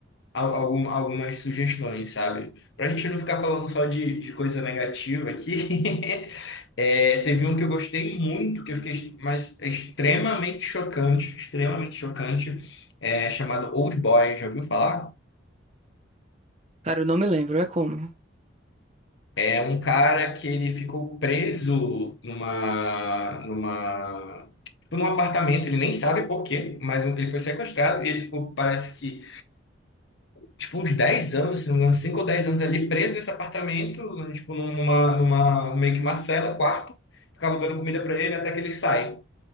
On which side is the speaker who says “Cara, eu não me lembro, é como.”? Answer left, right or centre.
Right